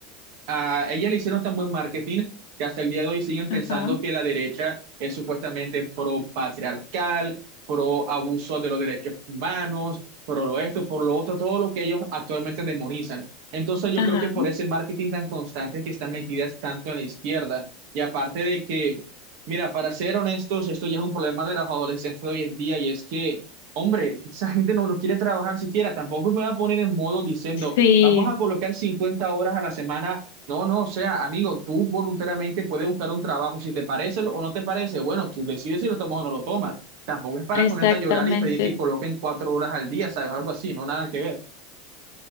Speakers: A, on the right; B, on the left.
A: a ella le hicieron tan buen marketing que hasta el día de hoy siguen pensando
B: Ajá,
A: que la derecha es supuestamente pro patriarcal, pro abuso de los derechos humanos, pro lo esto, por lo otro, todo lo que ellos actualmente demonizan. Entonces yo
B: ajá.
A: creo que por ese marketing tan constante que están metidas tanto en la izquierda y aparte de que, mira, para ser honestos, esto ya es un problema de los adolescentes de hoy en día y es que... Hombre, esa gente no, no quiere trabajar siquiera. Tampoco me va a poner en modo diciendo,
B: Sí,
A: vamos a colocar 50 horas a la semana no, no, o sea, amigo, tú voluntariamente puedes buscar un trabajo, si te parece o no te parece, bueno, tú decides si lo tomas o no lo tomas. Tampoco es para
B: exactamente.
A: ponerte a llorar y pedir que coloquen cuatro horas al día, ¿sabes? Algo así, no nada que ver.